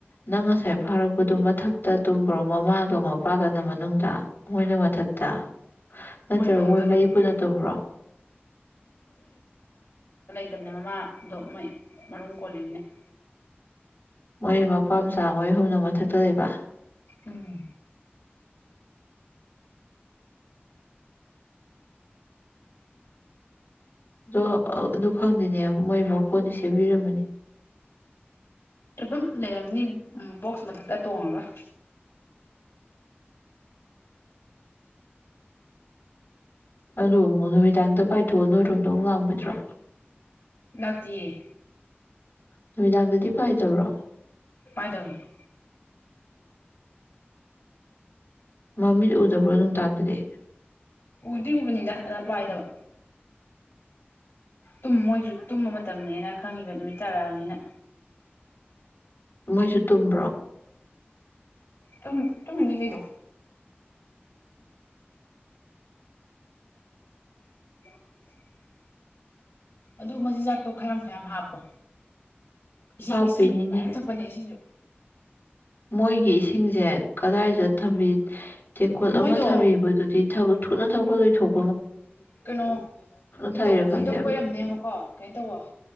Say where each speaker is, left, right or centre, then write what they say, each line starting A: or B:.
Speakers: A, on the left (about 55°); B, on the left (about 75°).
A: ꯅꯪ ꯉꯁꯥꯏ ꯐꯥꯔꯛꯄꯗꯣ ꯃꯊꯛꯇ ꯇꯨꯝꯕ꯭ꯔꯣ ꯃꯃꯥꯒ ꯃꯄꯥꯒꯅ ꯃꯅꯨꯡꯗ ꯃꯣꯏꯅ ꯃꯊꯛꯇ ꯅꯠꯇ꯭ꯔꯒ
B: ꯃꯊꯛꯇ
A: ꯃꯣꯏ ꯃꯔꯤ
B: ꯂꯩꯕꯅꯤ
A: ꯄꯨꯨꯟꯅ ꯇꯨꯝꯕ꯭ꯔꯣ
B: ꯕꯅꯦ ꯃꯃꯥꯗꯣ ꯃꯣꯏ ꯃꯔꯨꯝ ꯀꯣꯜꯂꯤꯃꯤꯅ <inaudible>
A: ꯃꯣꯏ ꯃꯄꯥꯝꯆꯥ ꯃꯣꯏ ꯑꯍꯨꯝꯅ ꯃꯊꯛꯇ ꯂꯩꯕ
B: ꯎꯝ
A: ꯑꯗꯣ ꯑꯗꯨ ꯈꯪꯗꯦꯅꯦ ꯃꯣꯏ ꯃꯥꯀꫭꯟꯗꯤ ꯁꯦꯝꯕꯤꯔꯝꯕꯅꯤ
B: ꯑꯗꯨꯝ ꯂꯩꯔꯝꯅꯤ ꯕꯣꯛꯁ ꯃꯊꯛꯇ ꯇꯣꯡꯉꯒ
A: ꯑꯗꯣ ꯑꯃꯨꯛ ꯅꯨꯃꯤꯗꯥꯡꯗ ꯄꯥꯏꯊꯣꯛꯑ ꯅꯣꯏꯔꯣꯝꯗꯣ ꯑꯃꯨꯛ ꯂꯥꯛꯑꯝꯃꯣꯏꯗ꯭ꯔꯣ
B: ꯂꯥꯛꯇꯤꯌꯦ
A: ꯅꯨꯃꯤꯗꯥꯡꯗꯗꯤ ꯄꯥꯏꯗꯕꯔꯣ
B: ꯄꯥꯏꯗꯝꯕꯅꯤ
A: ꯃꯃꯤꯠ ꯎꯗꯕ꯭ꯔꯣ ꯅꯨꯡꯗꯥꯡꯗꯗꯤ
B: ꯎꯗꯤ ꯎꯕꯅꯤꯗ ꯑꯗ ꯄꯥꯏꯗꯕ ꯇꯨꯝ ꯃꯣꯏꯖꯨ ꯇꯨꯝꯕ ꯃꯇꯝꯅꯦꯅ ꯈꯪꯉꯤꯕ ꯅꯨꯃꯤꯠ ꯇꯔꯥꯛꯑꯃꯤꯅ
A: ꯃꯣꯏꯁꯨ ꯇꯨꯝꯕ꯭ꯔꯣ
B: ꯇꯝꯃꯤ ꯇꯝꯃꯤꯅꯤ ꯀꯩꯅꯣ <inaudible> ꯑꯗꯨ ꯃꯆꯤꯟꯖꯥꯛꯇꯣ ꯈꯔꯌꯥꯝ ꯈꯔꯌꯥꯝ ꯍꯥꯞꯄꯣ ꯏꯁꯤꯡ
A: ꯍꯥꯞꯄꯤꯅꯤꯅꯦ
B: ꯏꯁꯤꯡꯖꯨ ꯃꯌꯥꯝ ꯊꯛꯄꯅꯦ ꯏꯁꯤꯡꯖꯨ
A: ꯃꯣꯏꯒꯤ ꯏꯁꯤꯡꯖꯦ ꯀꯗꯥꯏꯗ ꯊꯝꯕꯤ ꯇꯦꯡꯀꯣꯠ
B: ꯃꯣꯏꯗꯣ
A: ꯑꯃ ꯊꯥꯕꯤꯕꯗꯨꯗꯤ ꯊꯨꯅ ꯊꯛꯄ ꯂꯣꯏꯊꯣꯛ
B: ꯀꯩꯅꯣ ꯍꯩꯗꯣꯛ
A: ꯊꯛꯏꯔꯥ ꯈꯪꯗꯦꯕ
B: ꯍꯩꯗꯣꯛꯄꯩ ꯑꯣꯏꯔꯝꯅꯦꯕꯀꯣ ꯀꯩꯅꯣ ꯇꯧꯋꫭ